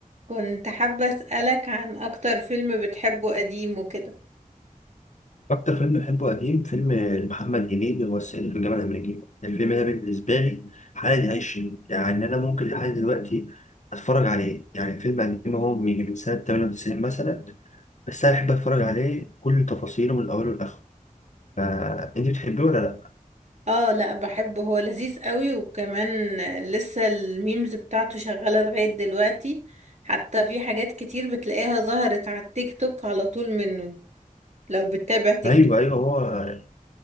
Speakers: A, on the right (about 55°); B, on the left (about 55°).
A: كنت حابة أسألك عن أكتر فيلم بتحبه قديم وكده
B: أكتر فيلم بحبه قديم فيلم لمحمد هنيدي هو الصعيدي في الجامعة الأمريكية الفيلم ده بالنسبة لي حالة عيش يعني أنا ممكن لحد دلوقتي أتفرج عليه يعني فيلم قديم هو من من سنة 98 مثلا بس أنا أحب أتفرج عليه كل تفاصيله من أوله لآخره فأنت بتحبيه ولا لأ؟
A: اه لا بحبه هو لذيذ قوي وكمان لسه الميمز بتاعته شغالة لغاية دلوقتي حتى في حاجات كتير بتلاقيها ظهرت على التيك توك على طول منه لو بتتابع تيك
B: أيوه
A: توك
B: أيوه هو آه